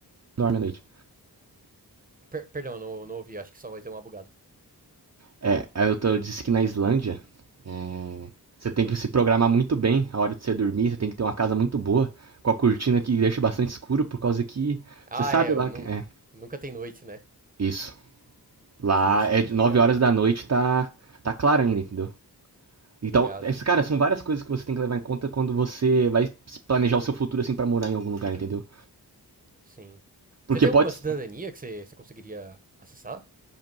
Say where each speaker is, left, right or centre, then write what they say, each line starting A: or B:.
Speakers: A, on the right (about 45°); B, on the right (about 20°).
A: dorme à noite.
B: Per- perdão, não, não ouvi, acho que só vai dar uma bugada.
A: É, é, eu, tô- eu disse que na Islândia. é, você tem que se programar muito bem a hora de você dormir. Você tem que ter uma casa muito boa, com a cortina que deixa bastante escuro, por causa que.
B: Ah,
A: Você sabe
B: é, eu
A: lá.
B: não,
A: É,
B: nunca tem noite, né?
A: isso. Lá
B: Sim, sim,
A: é
B: eu
A: de
B: tô
A: 9
B: ligado.
A: horas da noite, tá. tá claro ainda, entendeu?
B: Tá
A: Então,
B: ligado?
A: cara, são várias coisas que você tem que levar em conta quando você vai planejar o seu futuro, assim, para morar em algum lugar, entendeu?
B: Sim.
A: Porque
B: Você tem
A: pode.
B: alguma cidadania que você, você conseguiria acessar?